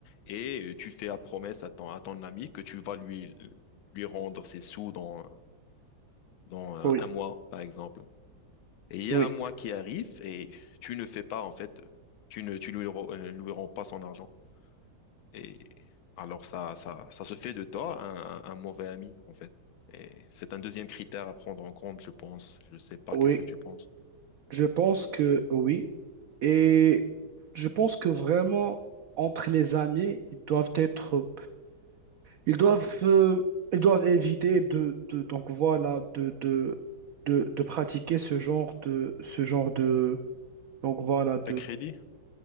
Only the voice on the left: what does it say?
et euh, tu fais la promesse à ton, à ton ami que tu vas lui, lui rendre ses sous dans, dans euh,
un mois, par exemple. Et il y
a un mois qui arrive et tu ne fais pas, en fait, tu ne, tu lui, re- euh, lui rends pas son argent. Et alors, ça, ça, ça se fait de toi un, un- un mauvais ami, en fait. Et c'est un deuxième critère à prendre en compte, je pense. Je sais pas,
qu'est-ce que tu penses?
Le crédit?